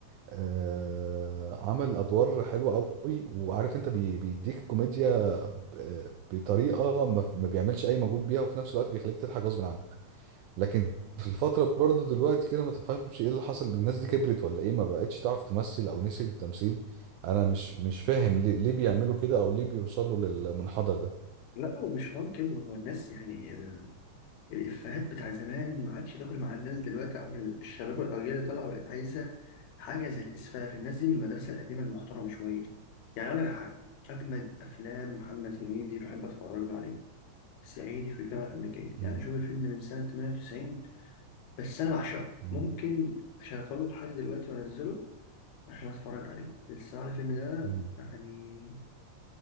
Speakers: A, on the right; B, on the left.
A: آه... عمل أدوار حلوة قوي وعارف أنت بي... بيديك كوميديا ب... بطريقة ما... ما بيعملش أي مجهود بيها وفي نفس الوقت بيخليك تضحك غصب عنك لكن في الفترة برضه دلوقتي كده ما تفهمش ايه اللي حصل الناس دي كبرت ولا ايه ما بقتش تعرف تمثل او نسيت التمثيل انا مش مش فاهم ليه, ليه بيعملوا كده او ليه بيوصلوا للمنحدر ده
B: لا ومش حوار كده هو الناس يعني الإفيهات بتاع زمان ما عادش تاكل مع الناس دلوقتي أو الشباب والأجيال اللي طالعة بقت عايزة حاجة زي الإسفاف الناس دي من المدرسة القديمة المحترمة شوية يعني أقول لك على حاجة أجمد أفلام محمد هنيدي بحب أتفرج له عليه صعيدي في الجامعة الأمريكية
A: مم.
B: يعني شوف الفيلم من سنة 98 بس أنا بعشقه
A: مم.
B: ممكن أشغله لحد دلوقتي وأنزله عشان أتفرج عليه الصراحة الفيلم ده
A: مم.
B: يعني